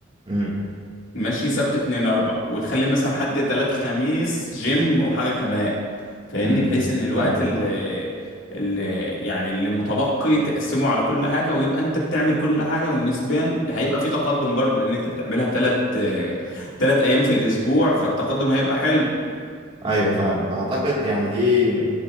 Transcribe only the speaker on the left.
ماشي سبت اتنين اربع وتخلي مثلا حد تلات خميس جيم وحاجة كمان فاهمني
بحيث
ان الوقت
اللي,
اللي يعني اللي متبقي تقسمه على كل حاجة ويبقى انت بتعمل كل حاجة والنسبان هيبقى في تقدم برضو لان انت بتعملها تلات آه، تلات ايام في الاسبوع فالتقدم هيبقى حلو